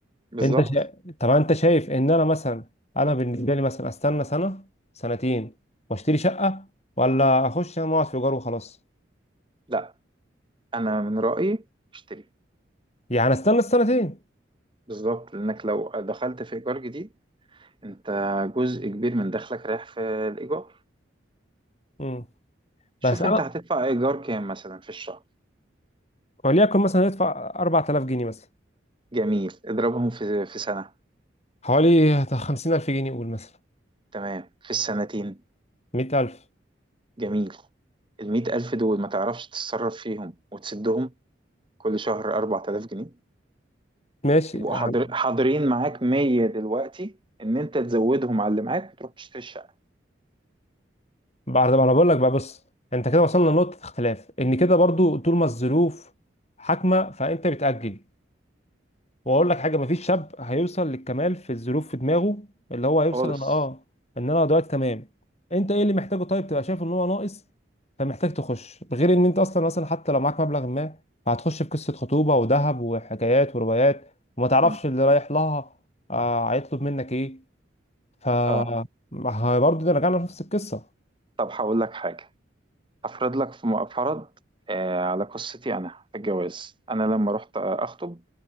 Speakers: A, on the right; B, on the left.
A: بالظبط
B: انت شا... طب انت شايف ان انا مثلا انا بالنسبه لي مثلا استنى سنه سنتين واشتري شقه ولا اخش انا اقعد في ايجار وخلاص
A: لا انا من رايي اشتري
B: يعني استنى السنتين
A: بالظبط لانك لو دخلت في ايجار جديد انت جزء كبير من دخلك رايح في الايجار
B: امم
A: شوف
B: بس انا
A: انت هتدفع ايجار كام مثلا في الشهر
B: وليكن مثلا ادفع 4000 جنيه مثلا
A: جميل اضربهم في في سنه
B: حوالي 50000 جنيه قول مثلا
A: تمام في السنتين
B: 100000
A: جميل المئة ألف دول ما تعرفش تتصرف فيهم وتسدهم كل شهر 4000 جنيه
B: ماشي
A: يبقوا
B: يعني
A: حاضر- حاضرين معاك 100 دلوقتي ان انت تزودهم على اللي معاك وتروح تشتري الشقه
B: بعد ما انا بقول لك بقى بص انت كده وصلنا لنقطه اختلاف ان كده برضو طول ما الظروف حاكمه فانت بتاجل واقول لك حاجه مفيش شاب هيوصل للكمال في الظروف في دماغه اللي هو هيوصل
A: خالص
B: انا اه ان انا دلوقتي تمام انت ايه اللي محتاجه طيب تبقى شايف ان هو ناقص فمحتاج تخش غير ان انت اصلا مثلا حتى لو معاك مبلغ ما هتخش في قصه خطوبه وذهب وحكايات وروايات وما تعرفش
A: مم.
B: اللي رايح لها آه هيطلب منك ايه ف
A: اه
B: ما هي برضه ده رجعنا لنفس القصه
A: طب هقول لك حاجه افرض لك في م- فرض آه على قصتي انا في الجواز انا لما رحت آه، اخطب